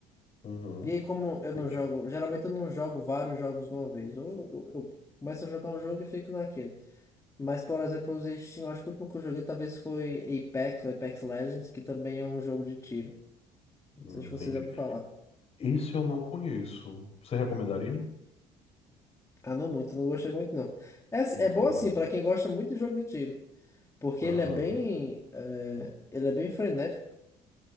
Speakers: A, on the left (about 45°); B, on the left (about 20°).
A: uhum.
B: E aí, como
A: Entendi.
B: eu não jogo, geralmente eu não jogo vários jogos de uma vez. Ou eu, eu começo a jogar um jogo e fico naquele. Mas, por exemplo, eu usei Steam, eu acho que o último que eu joguei talvez foi Apex, ou Apex Legends, que também é um jogo de tiro. Não
A: Hum,
B: sei se
A: Entendi.
B: você já ouviu falar.
A: Esse eu não conheço. Você recomendaria?
B: Ah, não muito, não gostei muito, não. É, assim-
A: Entendi.
B: é bom assim, pra quem gosta muito de jogo de tiro. Porque
A: Aham,
B: ele é bem, eh, ele é bem frenético.